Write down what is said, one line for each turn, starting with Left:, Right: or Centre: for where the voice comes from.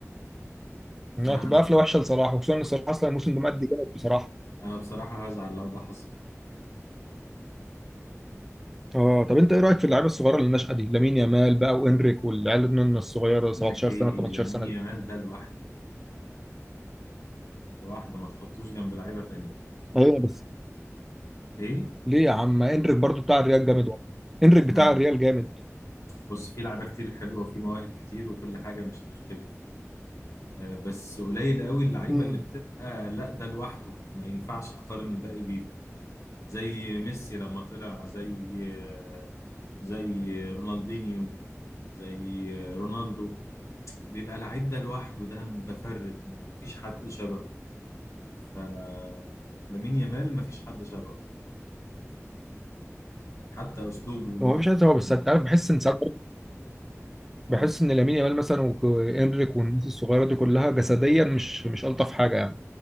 Centre: انها
Left: انا
Centre: تبقى
Left: هزعل
Centre: قفله وحشه لصلاح وخصوصا ان صلاح اصلا الموسم ده مادي جامد بصراحه
Left: انا بصراحه هزعل لو ده حصل
Centre: اه طب انت ايه رايك في اللعيبه الصغيره اللي الناشئه دي لامين يامال بقى وانريك والعيال النن الصغيره
Left: اقول
Centre: 17
Left: لك ايه
Centre: سنه 18
Left: لامين
Centre: سنه
Left: يامال
Centre: دي
Left: ده لوحده لوحده ما تحطوش جنب لعيبه تانية
Centre: ايوه بس
Left: ايه
Centre: ليه يا عم انريك برضو بتاع الريال جامد والله انريك بتاع
Left: لا لا
Centre: الريال جامد
Left: بص في لعيبه كتير حلوه وفي مواهب كتير وكل حاجه مش هنختلف آه، بس قليل قوي اللعيبه
Centre: امم
Left: اللي بتبقى لا ده لوحده ما ينفعش تقارن الباقي بيه زي ميسي لما طلع زي آه، زي رونالدينيو زي آه، رونالدو بيبقى لعيب ده لوحده ده متفرد مفيش حد شبهه فلامين يامال مفيش حد شبهه حتى اسلوبه لوحده
Centre: هو مش عايز هو
Left: يعني.
Centre: بس انت عارف بحس ان ساعات بحس
Left: اه
Centre: ان لامين يامال مثلا وانريك والناس الصغيره دي كلها جسديا مش مش الطف حاجه يعني